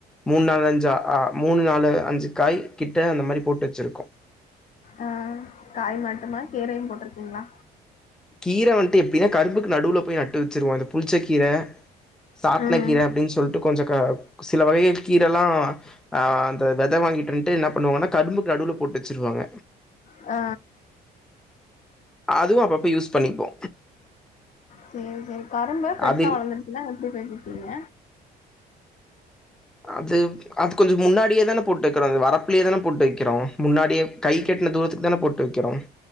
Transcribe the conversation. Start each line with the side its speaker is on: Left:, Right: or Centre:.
Centre: மூணு நாலு அஞ்சு அ மூணு நாலு அஞ்சு காய் கிட்ட அந்த மாரி போட்டு வச்சிருக்கோ
Left: ஆ காய் மட்டுமா கீரயு போட்ருக்கீங்களா
Centre: கீர வந்ட்டு எப்டினா கரும்புக்கு நடுவுல போய் நட்டு வச்சருவோ இந்த புளிச்சக்கீர சாட்ன
Left: ம்
Centre: கீர அப்டின் சொல்ட்டு கொஞ்ச க சில வகைய கீரல்லா ஆ அந்த வெத வாங்கிட்டுன்ட்டு என்ன பண்ணுவோன்னா கரும்புக்கு நடுவுல போட்டு வச்சிருவாங்க
Left: ஆ
Centre: அதுவு அப்பப்ப யூஸ் பண்ணிப்போ
Left: சேரி சேரி கரும்பு பெருசா
Centre: அதில்
Left: வளந்துருச்சுனா எப்டி பறிச்சீபீங்க
Centre: அது அது கொஞ்சோ முன்னாடியே தான போட்டு வைக்கிறோ அது வரப்பிலயே தான போட்டு வைக்கிறோ முன்னாடியே கைக்கு எட்டுனா தூரத்துக்கு தான போட்டு வைக்கிறோ